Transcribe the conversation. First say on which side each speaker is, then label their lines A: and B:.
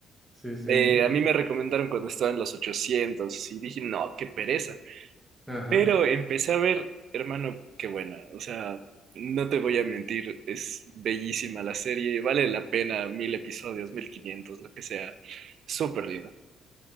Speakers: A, in the centre; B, on the right.
A: sí, sí,
B: Eh,
A: y-
B: a mí me recomendaron cuando estaba en los 800 y dije, no, qué pereza.
A: ajá.
B: Pero empecé a ver, hermano, qué buena. O sea, no te voy a mentir, es bellísima la serie, vale la pena mil episodios, mil quinientos, lo que sea. Súper linda.